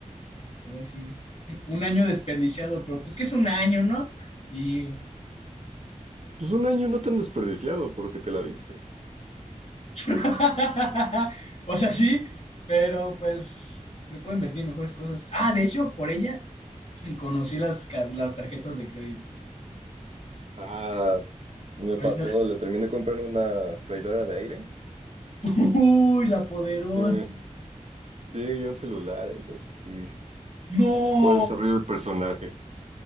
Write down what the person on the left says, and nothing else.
Todavía así, <laughs> un año desperdiciado, pero, pues, que es un año, ¿no? Digo.
<laughs> O sea, sí, pero, pues, se puede invertir en mejores cosas. Ah, de hecho, por ella y conocí las, ca- las tarjetas de crédito.
Fue
esa-
Uy, la poderosa.
No,